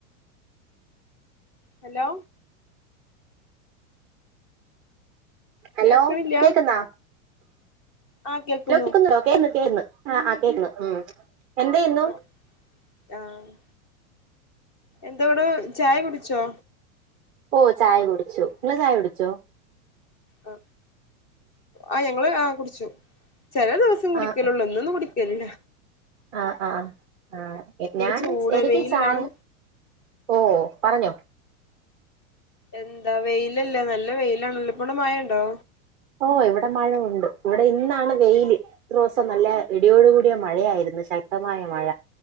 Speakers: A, on the left; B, in the centre.
A: ഹലോ
B: ഹലോ
A: കേൾക്കണില്ല
B: കേക്കുന്നാ
A: ആഹ് കേൾക്കുന്നു
B: കേക്കുന്നോ കേന്ന് കേന്ന് ആ ആ കേക്ന്ന് ഉം എന്ത്യുന്നു?
A: ആഹ് ആഹ് എന്തോട ചായ കുടിച്ചോ?
B: ഓ ചായ കുടിച്ചു നിങ്ങെള് ചായ കുടിച്ചോ?
A: ആ ആ ഞങ്ങള് ആ കുടിച്ചു ചില ദിവസം കുടിക്കലള്ളൂ
B: ആഹ്
A: ഇന്ന് ഒന്നും കുടി ക്കലില്ല.
B: ആഹ് ആ ആ ഞാന്
A: ചൂട്
B: എനിക്ക്
A: വെയിലെല്ലാണ്
B: ചായ ഓ പറഞ്ഞോ
A: എന്താ വെയിലല്ലേ നല്ല വെയിലാണ് ല്ലോ ഇവിടെ മഴ ഉണ്ടോ?
B: ഓ ഇവിടെ മഴുണ്ട് ഇവിടെ ഇന്നാണ് വെയില്. ഇത്ര ദിവസം നല്ല ഇടിയോടുകൂടിയ മഴയായിരുന്നു ശക്തമായ മഴ